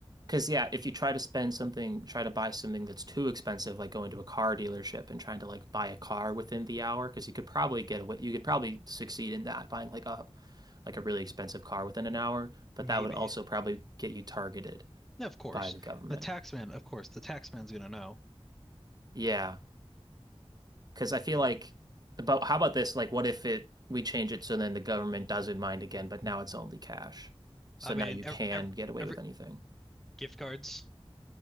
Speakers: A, on the right (about 40°); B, in the centre.
A: because yeah, if you try to spend something, try to buy something that's too expensive, like going to a car dealership and trying to like buy a car within the hour, because you could probably get away, you could probably succeed in that buying like a like a really expensive car within an hour, but
B: Maybe.
A: that would also probably get you targeted
B: Yeah, of course.
A: by the government.
B: The tax man, of course, the tax man's going to know.
A: Yeah, because I feel like, but how about this? Like, what if it we change it so then the government doesn't mind again, but now it's only cash, so
B: I mean,
A: now you
B: ev
A: can get away
B: every,
A: with anything.
B: Gift cards.